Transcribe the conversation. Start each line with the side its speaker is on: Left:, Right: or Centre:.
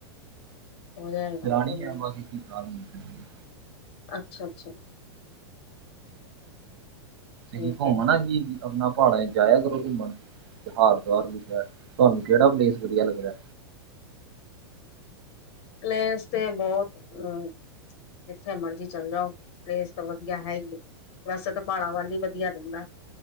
Left: ਹੋ ਜਾਏਗਾ
Right: ਚਲਾਣੀ
Left: ਕੋਈ
Right: ਹੈ
Left: ਨੀ
Right: ਬਸ ਇੱਕੀ ਸਾਲ ਹੋਰ ਚਲਾਣੀ
Left: ਅੱਛਾ ਅੱਛਾ ਠੀਕ
Right: ਅ ਘੁੰਮਣਾ
Left: ਹੈ
Right: ਕੀ ਆਪਣਾ, ਪਹਾੜਾਂ ਜਾਇਆ ਕਰੋ ਘੁੰਮਣ ਤਿਉਹਾਰ ਦੁਹਾਰ ਲਿਖਦਾ ਤੁਹਾਨੂੰ ਕਿਹੜਾ ਪਲੇਸ ਵਧੀਆ ਲੱਗਦਾ
Left: <unintelligible> ਪਲੇਸ ਤੇ ਬਹੁਤ ਅਮ ਜਿੱਥੇ ਮਰਜ਼ੀ ਚੱਲ ਜਾਔ, ਪਲੇਸ ਤਾਂ ਵਧੀਆ ਹੈ ਹੀ ਹੈ ਵੈਸੇ ਤਾਂ ਪਹਾੜਾਂ ਵੱਲ ਹੀ ਵਧੀਆ ਰਹਿੰਦਾ,